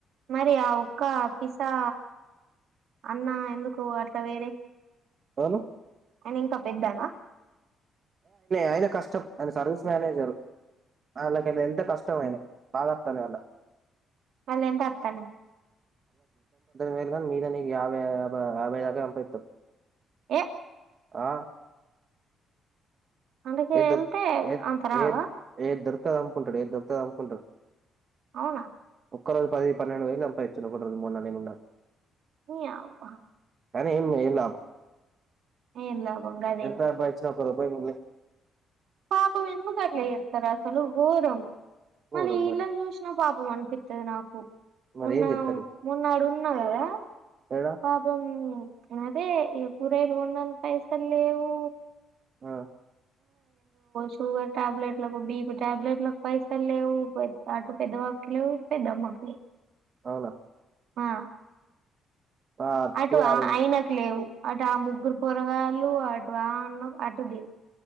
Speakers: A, on the right; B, on the right.
A: మరి ఆ ఒక్క పిసా అన్నా ఎందుకు అట్లా వేరే
B: అనునే
A: ఆయన ఇంకా పెద్దానా
B: అయనే కాష్ట ఆయన సర్వీస్ మేనేజర్ వాళ్ళకి ఎంత కష్టం ఆయన బాధ ఎత్తం అలా
A: వాళ్ళంతా అట్లనే
B: వేగా మీదా న యాబై యాభై అంపిత్తరు
A: ఏ
B: ఆ
A: అందుకే
B: ఏ
A: వెళ్తే
B: ద ఏ
A: అంత రావా
B: ఏ దొరుకుదో అమ్ముకుంటాడు ఏది దొరుకుతది అమ్ముకుంటాడు
A: అవునా
B: ఒక్కరోజు పది పన్నెండు వేలు సంపయిచ్చును ఒక రోజు మొన్న నే ఉన్నా
A: నీ అవ్వ
B: కానీ ఏం ఏం లాభం
A: ఏం లాభం గదే
B: ఎంత సంపాదించిన ఒక రూపాయ కూడా ఇయ్యా
A: పాపం ఎందుకట్లా చేస్తారు అసలు ఘోరం మళ్ళీ
B: ఘోరం
A: ఇళ్ళని
B: మరి
A: చూసినా పాపం అంట <unintelligible> నాకు
B: మరి
A: మొన్న
B: ఏం చెత్తరు ఇది
A: మొన్నా డున్నా కదా
B: ఏడా
A: పాపం అదే ఎక్కువ రోజులు ఉండను పైసల్లేవు
B: ఆ
A: షుగర్ టాబ్లేెట్ లకు బిపి టాబ్లేట్లకు పైసల్లేవు అటు పెద్దపాపకి లేవు <inaudible>
B: అవునా
A: ఆ
B: ఆ అట్టిగా
A: అటు
B: అది
A: ఆయనకు లేవు. అటు ఆ ముగ్గురు పొరగాయలు అటున్న అటుదివు.